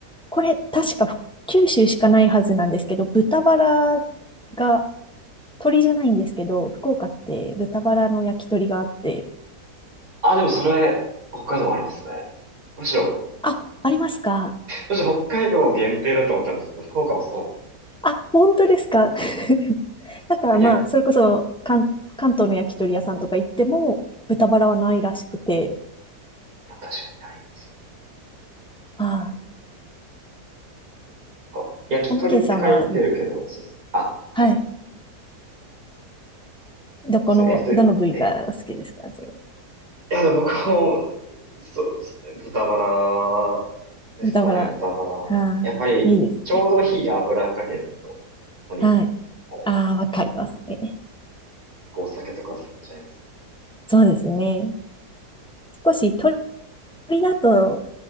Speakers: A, in the centre; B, on the right (about 75°).
A: これ、確か九州しかないはずなんですけど、豚バラが、鳥じゃないんですけど、福岡って豚バラの焼き鳥があって、
B: あ、でもそれ、北海道もありますね。むしろ、
A: あ、ありますか
B: むしろ北海道限定だと思ったんですけど、福岡もそうだったんで。
A: あ、本当ですか。<laughs> だからまあ、
B: なんかや、
A: それこそ関、関東の焼き鳥屋さんとか行っても、豚バラはないらしくて。
B: あ確かにないです
A: あ
B: ね。なんか焼き鳥って書いてるけど、
A: あ、オーケーさんは、
B: そうです。あ、はい。
A: はい。
B: そうですね、
A: どこの、
B: 焼き鳥。
A: どの部位がお好きですかそれは
B: ええ、いや、でも僕も、そうですね。豚バラですかね、
A: 豚バラ。
B: 豚バラ。
A: ああ、
B: やっぱり、
A: いいですね。
B: ちょうどいい油加減と、お肉の、
A: はい。
B: あれ、
A: ああ、わかりますね。
B: お酒とか進んじゃいますね。
A: そうですね。少し鶏だと、